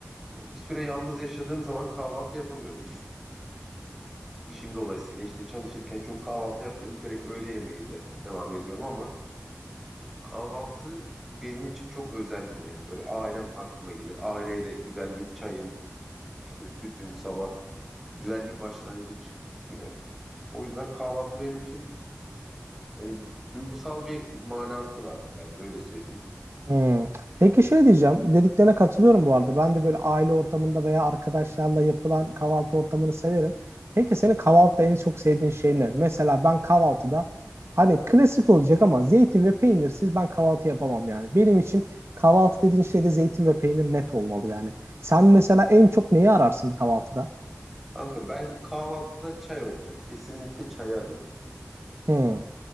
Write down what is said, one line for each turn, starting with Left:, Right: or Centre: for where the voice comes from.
Centre: e, bir süre yalnız yaşadığım zaman kahvaltı yapamıyorum. İş, işim dolayısıyla işte çalışırken çok kahvaltı yapmıyorum. Direkt öğle yemeğiyle devam ediyorum ama kahvaltı benim için çok özeldir yani. Böyle ailem aklıma gelir. Aileyle güzel bir çayın, işte sütün sabah güzel bir başlangıç güne. O yüzden kahvaltı benim için yani duygusal bir manası var. Ben de öyle söyleyeyim.
Right: Hmm. Peki şey diyeceğim, dediklerine katılıyorum bu arada. Ben de böyle aile ortamında veya arkadaşlarla yapılan kahvaltı ortamını severim. Peki senin kahvaltıda en çok sevdiğin şey ne? Mesela ben kahvaltıda hani klasik olacak ama zeytin ve peynirsiz ben kahvaltı yapamam yani. Benim için kahvaltı dediğin şeyde zeytin ve peynir net olmalı yani. Sen mesela en çok neyi ararsın bir kahvaltıda?
Centre: Kanka ben kahvaltıda çay olacak. Kesinlikle çay arıyorum.
Right: Hmm.